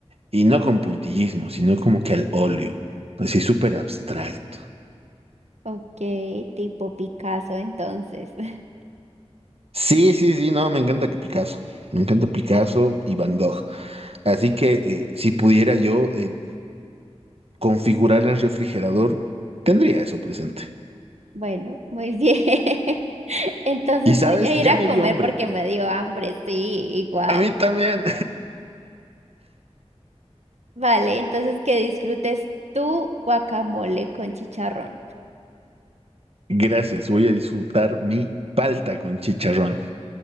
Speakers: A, on the right; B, on the right.
A: Y no con puntillismo, sino como que al óleo, así súper abstracto.
B: ok, tipo Picasso entonces. <laughs>
A: Sí, sí, sí, no, me encanta que Picasso, me encanta Picasso y Van Gogh. Así que eh, si pudiera yo eh, configurar el refrigerador, tendría eso presente.
B: Bueno, muy bien. <laughs> Entonces
A: Y sabes,
B: voy a ir
A: ya
B: a
A: me
B: comer
A: dio hambre.
B: porque me dio hambre, sí, igual.
A: A mí también.
B: Vale, entonces que disfrutes tu guacamole con chicharrón.
A: <laughs> Gracias, voy a disfrutar mi palta con chicharrón.